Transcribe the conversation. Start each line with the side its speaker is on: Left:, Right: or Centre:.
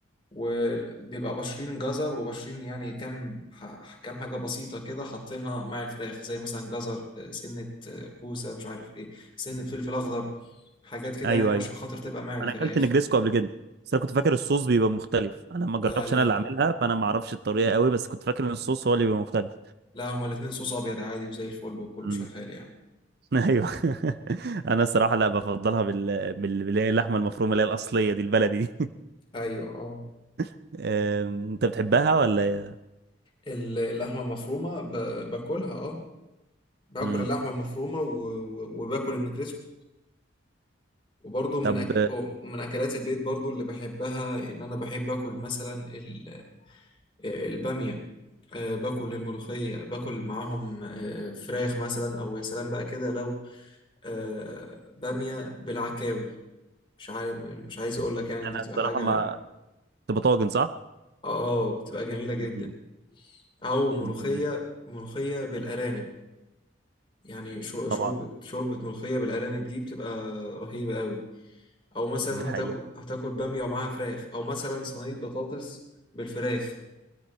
Left: وبيبقى بشرين جزر وبشرين يعني كام ح- كام حاجة بسيطة كده حاطينها مع الفراخ زي مثلا جزر آه، سنة آه، كوسة مش عارف ايه سنة فلفل أخضر حاجات كده
Right: أيوه
Left: يعني عشان
Right: أيوه
Left: خاطر تبقى مع الفراخ
Right: أنا أكلت نجريسكو قبل كده بس أنا كنت فاكر الصوص بيبقى مختلف أنا ما جربتش
Left: لا لا
Right: أنا اللي عاملها فأنا ما أعرفش الطريقة قوي بس كنت فاكر إن الصوص هو اللي بيبقى مختلف
Left: لا هما الاتنين صوص ابيض عادي وزي الفل وكله
Right: امم
Left: شغال يعني
Right: <laughs> أيوه <laughs> أنا الصراحة لا بفضلها بال بال اللي هي اللحمة المفرومة اللي هي الأصلية دي البلدي دي
Left: ايوه اه
Right: <laughs> أم، أنت بتحبها ولا إيه؟
Left: ال- اللحمه المفرومه ب... باكلها اه باكل
Right: امم
Left: اللحمه المفرومه و... و... وباكل النجريسكو وبرضه من
Right: طب
Left: أك... ومن اكلات البيت برضه اللي بحبها ان انا بحب اكل مثلا ال... الباميه آه، باكل الملوخيه باكل معاهم آه، فراخ مثلا او يا سلام بقى كده لو آه، باميه بالعكاوي مش عارف مش عايز اقول لك يعني
Right: أنا
Left: دي بتبقى
Right: الصراحة
Left: حاجه
Right: ما
Left: اه
Right: تبقى طاجن صح؟
Left: آه، بتبقى جميله جدا
Right: مم.
Left: او ملوخيه
Right: جميل
Left: ملوخيه بالارانب يعني شو- شوربه
Right: طبعا
Left: شوربه ملوخيه بالارانب دي بتبقى رهيبه قوي او مثلا
Right: دي حقيقة
Left: هتاكل هتاكل باميه ومعاها فراخ او مثلا صينيه بطاطس بالفراخ